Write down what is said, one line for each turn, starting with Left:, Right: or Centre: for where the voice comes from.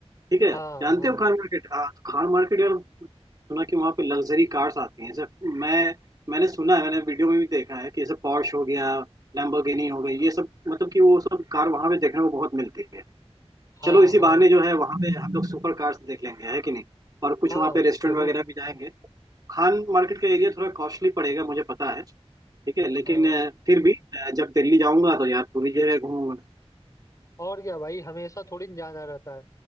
Right: ठीक है
Left: हाँ
Right: जानते
Left: हाँ
Right: हो खान मार्केट हाँ तो खान मार्केट यार सुना कि वहाँ पे लग्जरी कार्स आती हैं सर मैं मैंने सुना है मैंने वीडियो में भी देखा है कि जैसे पॉर्श हो गया लैम्बोर्गिनी हो गई ये सब मतलब कि वो सब कार वहाँ पे देखने को बहुत मिलती है
Left: हाँ
Right: चलो इसी
Left: हाँ
Right: बहाने जो है वहाँ पे हम लोग सुपर कार्स देख लेंगे है कि नहीं और कुछ
Left: हाँ
Right: वहाँ पे रेस्टोरेंट
Left: जरूर
Right: वगैरह भी जाएंगे खान मार्केट का एरिया थोड़ा कॉस्टली पड़ेगा मुझे पता है ठीक है लेकिन
Left: हाँ
Right: अ, फिर भी अ, जब दिल्ली जाऊंगा तो यार पूरी जगह घूमूंगा
Left: और क्या भाई हमेशा थोड़ी न जाना रहता है